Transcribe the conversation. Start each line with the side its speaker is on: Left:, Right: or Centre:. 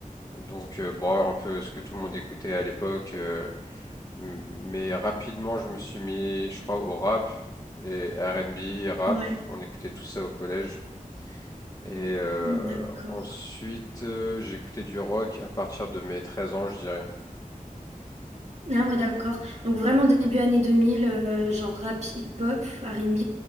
Left: donc, euh, bon, un peu ce que tout le monde écoutait à l'époque. euh, m- mais rapidement, je me suis mis, je crois, au rap et R&B, rap.
Right: Ouais,
Left: On écoutait tout ça au collège. Et euh,
Right: Mm, d'accord.
Left: ensuite, euh, j'écoutais du rock à partir de mes 13 ans, je dirais.
Right: Ah ouais, d'accord. Donc vraiment début années 2000, euh, genre rap, hip-hop, R&B,